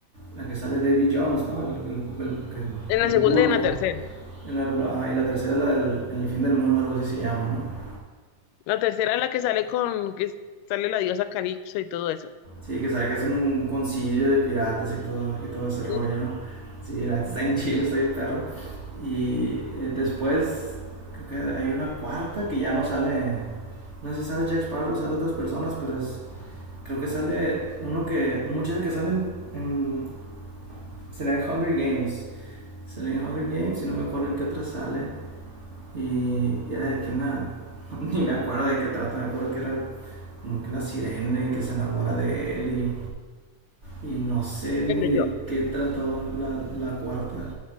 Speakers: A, on the right (about 80°); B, on the left (about 85°).
A: la que sale David Jones, ¿no? El, el, el, el
B: En la segunda
A: el bulpo.
B: y en la tercera.
A: En la, ajá, y la tercera es la del en el fin del mundo, algo así se llama, ¿no?
B: La tercera es la que sale con, que sale la diosa Calipso y todo eso.
A: Sí, que sabe que hacen un concilio de piratas y todo, y todo ese rollo,
B: Ujú.
A: ¿no? Sí, la neta está en Chile, está bien perro. Y eh, después creo que hay una cuarta que ya no sale, no sé si sale Jack Sparrow, sale otras personas, pero es, creo que sale uno que, un muchacho que sale en, en sale en Hunger Games, sale en Hunger Games y no me acuerdo en qué otra sale. Y, y era de que una, <laughs> ni me acuerdo de qué trata, me acuerdo que era como que una sirena y que se enamora de él y Y no sé ni
B: Bueno,
A: de
B: yo,
A: qué trató la, la cuarta.